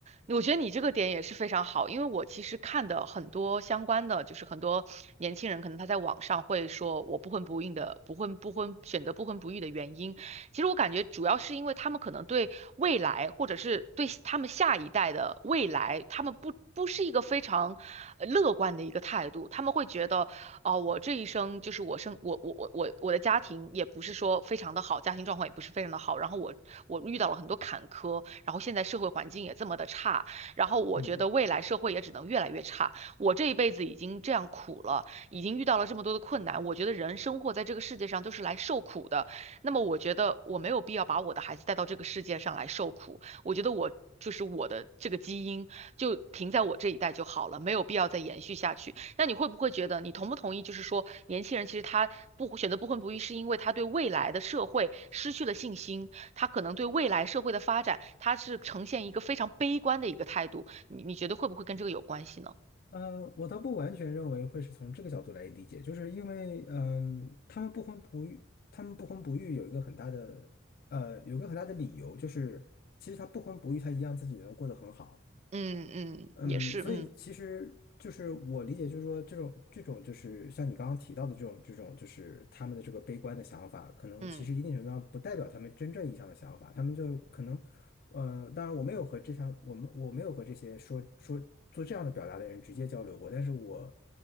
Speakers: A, on the right (about 35°); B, on the left (about 50°).
A: 我觉得你这个点也是非常好，因为我其实看的很多相关的，就是很多年轻人可能他在网上会说我不婚不育的，不婚不婚选择不婚不育的原因，其实我感觉主要是因为他们可能对未来，或者是对他们下一代的未来，他们不不是一个非常呃乐观的一个态度，他们会觉得哦，我这一生就是我生我我我我我的家庭也不是说非常的好，家庭状况也不是非常的好，然后我我遇到了很多坎坷，然后现在社会环境也这么的差，然后我觉得未来社会也只能越来越差。
B: 嗯，
A: 我这一辈子已经这样苦了，已经遇到了这么多的困难，我觉得人生活在这个世界上都是来受苦的，那么我觉得我没有必要把我的孩子带到这个世界上来受苦，我觉得我。就是我的这个基因，就停在我这一代就好了，没有必要再延续下去。那你会不会觉得，你同不同意？就是说，年轻人其实他不选择不婚不育，是因为他对未来的社会失去了信心，他可能对未来社会的发展，他是呈现一个非常悲观的一个态度。你你觉得会不会跟这个有关系呢？
B: 呃，我倒不完全认为会是从这个角度来理解，就是因为，嗯、他们不婚不育，他们不婚不育有一个很大的，呃，有一个很大的理由，就是其实他不婚不育，他一样自己能过得很好。
A: 嗯嗯，
B: 嗯，
A: 也是，
B: 所以其实就是我理解，
A: 嗯
B: 就是说这种这种就是像你刚刚提到的这种这种，就是他们的这个悲观的想法，可能其实一定程度上不代表他们真正意义上的想法，
A: 嗯
B: 他们就可能，呃，当然我没有和这项我们我没有和这些说说做这样的表达的人直接交流过，但是我